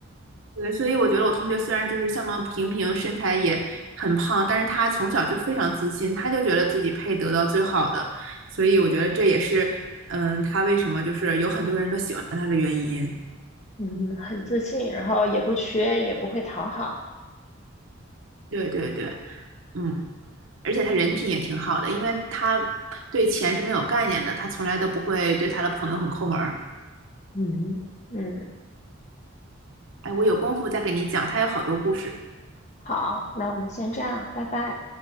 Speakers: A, on the right (about 75°); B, on the left (about 35°).
A: 对，所以我觉得我同学虽然就是相貌平平，身材也很胖，但是他从小就非常自信，他就觉得自己配得到最好的，所以我觉得这也是，嗯，他为什么就是有很多人都喜欢他的原因。
B: 嗯，很自信，然后也不缺，也不会讨好。
A: 对对对。嗯，而且他人品也挺好的，因为他对钱是没有概念的，他从来都不会对他的朋友很抠门儿。
B: 嗯嗯，
A: 哎，我有功夫再给你讲，他有好多故事。
B: 好，那我们先这样，拜拜。